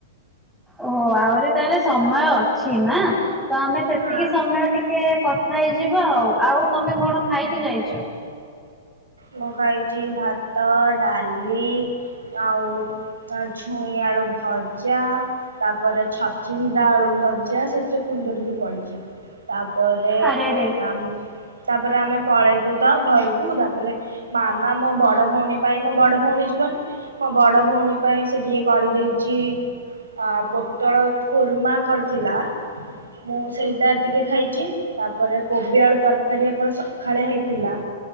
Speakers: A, in the centre; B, on the right (about 80°).
A: ଓହୋ ଆହୁରି ତାହେଲେ ସମୟ ଅଛି ନା ତ ଆମେ ସେତିକି
B: ହଁ।
A: ସମୟ ଟି ସେ କଥା ହେଇଯିବ ଆଉ ଆଉ ତମେ କଣ ଖାଇକି ଯାଇଛ?
B: ମୁଁ ଖାଇଛି ଭାତ ଡାଲି ଆଉ ଆ ଛୁଇଁ ଆଳୁ ଭଜା। ତାପରେ ଛଚିନ୍ଦ୍ରା ଆଳୁ ଭଜା ସେଥିରେ କୁନ୍ଦୁରି ବି ପଡିଛି। ତାପରେ
A: ଆରେ ଆରେ
B: ଆମ ତାପରେ ଆମେ ପଳେଇବୁ ତ ଘରକୁ ତାପ ପରେ ମାମା ମୋ ବଡ ଭଉଣୀ ପାଇଁ ମୋ ବଡ ଭଉଣୀ ଯିବନି ମୋ ବଡ ଭଉଣୀ ପାଇଁ ସେ ଟିକେ କରି ଦେଇଚ଼ି। ଆ ପୋଟଳ କୃର୍ମା କରିଥିଲା ମୁଁ ସେଇଟା ଟିକେ ଖାଇଚ଼ି। ତାପରେ କୋବି ଆଳୁ ତରକାରୀ ଆମର ସଖାଳେ ହେଇଥିଲା।